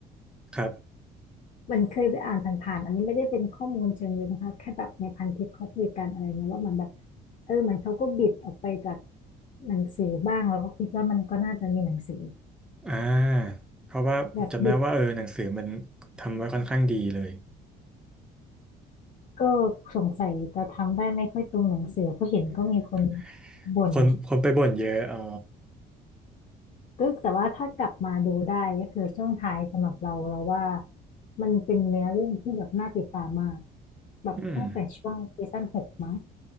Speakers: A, in the centre; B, on the left.
A: ครับ
B: มันเคยไปอ่านผ่านๆอันนี้ไม่ได้เป็นข้อมูลเชิงลึกนะคะแค่แบบในพันทิปเขาคุยกันอะไรเงี้ยว่ามันแบบเออเหมันเขาก็บิดออกไปจากหนังสือบ้างแล้วก็คิดว่ามันก็น่าจะมีหนังสือ
A: อ่าเพราะว่าผมจำได้ว่าเออหนังสือมัน
B: แบบบิด
A: ทำไว้ค่อนข้างดีเลย
B: ก็สงสัยจะทำได้ไม่ค่อยตรงหนังสือเพราะเห็นก็มีคน
A: <laughs>
B: บ่น
A: คนคนไปบ่นเยอะอ๋อ
B: ก็แต่ว่าถ้ากลับมาดูได้ก็คือช่วงท้ายสำหรับเราเราว่ามันเป็นเนื้อเรื่องที่แบบน่าติดตามมากแบบตั้งแต่ช่วงซีซั่นหกมั้ง
A: อืม